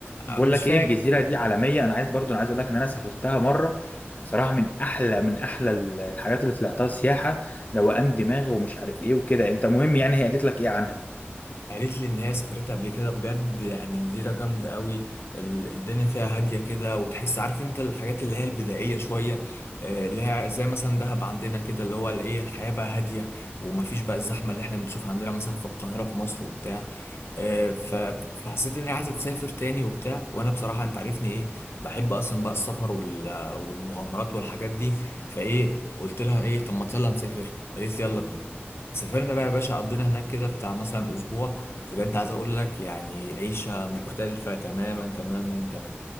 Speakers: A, on the left; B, on the left.
A: بقول
B: آه، مش
A: لك
B: فاكر
A: ايه الجزيره دي عالميه انا عايز برضو انا عايز اقول لك ان انا سافرتها مره صراحه من احلى من احلى ال- الحاجات اللي طلعتها سياحه روقان دماغ ومش عارف ايه وكده انت مهم يعني هي قالت لك ايه عنها
B: قالت لي ان هي سافرتها قبل كده بجد يعني جزيرة جامدة قوي ال- الدنيا فيها هادية كده وتحس عارف انت الحاجات اللي هي البدائية شوية آه، اللي هي زي مثلا دهب عندنا كده اللي هو اللي ايه الحياة بقى هادية ومفيش بقى الزحمة اللي احنا بنشوفها عندنا مثلا في القاهرة في مصر وبتاع آه، ف- فحسيت اني عايز اسافر تاني وبتاع وانا بصراحه انت عارفني ايه بحب اصلا بقى السفر وال- والمغامرات والحاجات دي فايه قلت لها ايه طب ما يلا نسافر قالت لي يلا بينا سافرنا بقى يا باشا قضينا هناك كده بتاع مثلا اسبوع بجد عايز اقول لك يعني عيشه مختلفه تماما تماما تماما